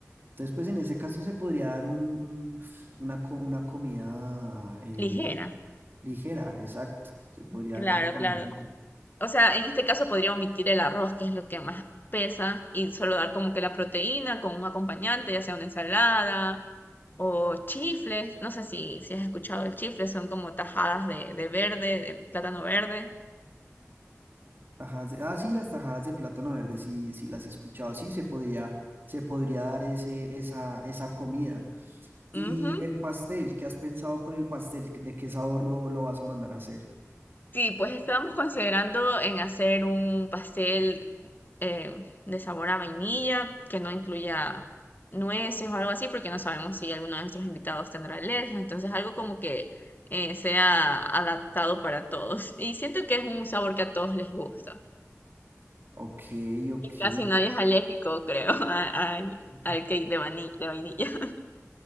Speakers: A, on the right; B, on the left.
A: Entonces, pues en ese caso se podría dar un, un- una, co- una comida eh,
B: Ligera.
A: ligera, exacto. Se podría
B: Claro,
A: dar una comida
B: claro.
A: ligera.
B: O sea, en este caso podría omitir el arroz, que es lo que más pesa, y solo dar como que la proteína con un acompañante, ya sea una ensalada o chifles. No sé si, si has escuchado el chifle, son como tajadas de, de verde, de plátano verde.
A: Tajadas de, ah, sí, las tajadas de plátano verde, sí, sí las he escuchado. Sí, se podría, se podría dar ese, esa, esa comida. Y
B: Ujú.
A: el pastel, ¿qué has pensado con el pastel? ¿De qué sabor lo, lo vas a mandar a hacer?
B: Sí, pues estábamos considerando en hacer un pastel eh, de sabor a vainilla, que no incluya nueces o algo así, porque no sabemos si alguno de nuestros invitados tendrá alergia. Entonces, algo como que eh, sea adaptado para todos. Y siento que es un sabor que a todos les gusta.
A: Ok, ok.
B: Y casi nadie es alérgico, creo, <laughs> a- al,
A: es-
B: al cake de vani- de vainilla. <laughs>